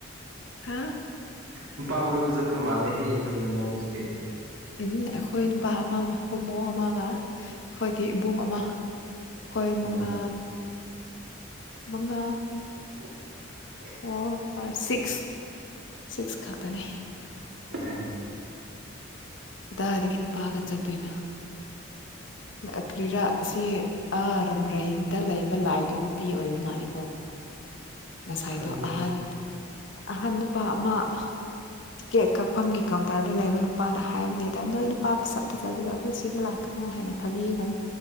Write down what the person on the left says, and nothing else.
ꯍꯥ
ꯎꯝ ꯑꯈꯣꯏ ꯅꯨꯄꯥ ꯑꯃ ꯍꯣꯃꯣ ꯑꯃꯒ ꯑꯈꯣꯏꯒꯤ ꯏꯕꯨꯡ ꯑꯃ ꯈꯣꯏ
ꯃꯉꯥ ꯃꯉꯥ
ꯑꯣ ꯑꯥ ꯁꯤꯛꯁ ꯁꯤꯛꯁ ꯈꯛꯇꯅꯦ
ꯀꯗꯥꯗꯒꯤ ꯅꯨꯄꯥꯒ ꯆꯠꯇꯣꯏꯅꯣ ꯑꯀ꯭ꯔꯤꯔꯥ ꯑꯁꯤ ꯑꯥ ꯔꯝꯕ꯭ꯔꯩꯗ ꯂꯩꯕ ꯂꯥꯏꯗꯣ ꯅꯨꯄꯤ ꯑꯣꯏꯕ ꯃꯥꯂꯀꯣ ꯉꯁꯥꯏꯗꯣ
ꯑꯍꯟ ꯑꯍꯟ ꯅꯨꯄꯥ ꯑꯃ ꯇꯤꯀꯦꯠ ꯀꯛꯐꯝꯒꯤ ꯀꯥꯎꯟꯇꯔꯗ ꯂꯩꯕ ꯅꯨꯄꯥꯅ ꯍꯥꯏꯕꯅꯦꯗ ꯅꯣꯏ ꯅꯨꯄꯥ ꯃꯁꯛ ꯐꯖ ꯐꯖꯕ ꯁꯤ ꯂꯥꯛꯀ ꯀꯩꯅꯣ ꯍꯥꯏꯅ ꯐꯥꯒꯤꯒꯨꯝ